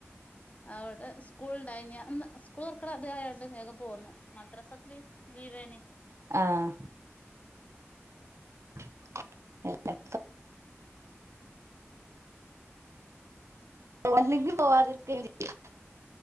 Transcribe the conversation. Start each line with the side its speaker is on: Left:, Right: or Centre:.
Left: അവിടെ സ്കൂള്ണ്ടായിന് സ്കൂൾ തുറക്കണ ആയോണ്ട് വേഗം പോന്നു മദ്രസക്ക്‌ ലീവാണ്
Right: ആഹ് <inaudible> പോവില്ലെങ്കി പോവാതിരിക്കയും ചെയ്യും